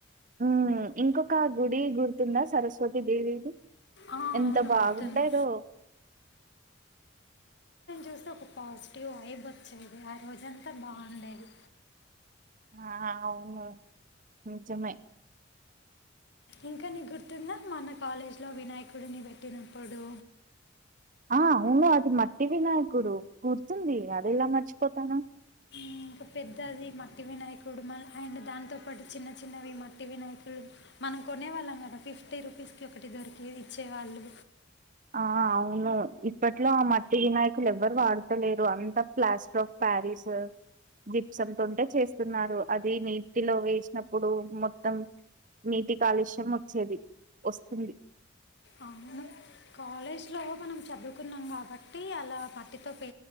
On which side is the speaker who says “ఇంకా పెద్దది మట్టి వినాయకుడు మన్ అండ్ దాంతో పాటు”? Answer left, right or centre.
Left